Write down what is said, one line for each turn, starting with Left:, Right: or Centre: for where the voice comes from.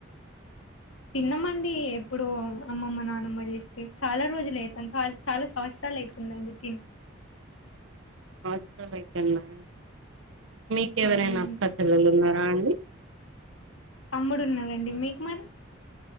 Left: తిన్నామండి ఎప్పుడు అమ్మమ్మ నానమ్మ చేస్తే చాలా రోజులు అయితాంది సారీ చాలా సంవత్సరాలు అవుతుందండి తిన్
Right: సంవత్సరాలు అయితుందా అండి మీకెవరైనా
Left: అవునండి
Right: అక్క చెల్లెలున్నారా అండి
Left: తమ్ముడు ఉన్నాడండి మీకు మరి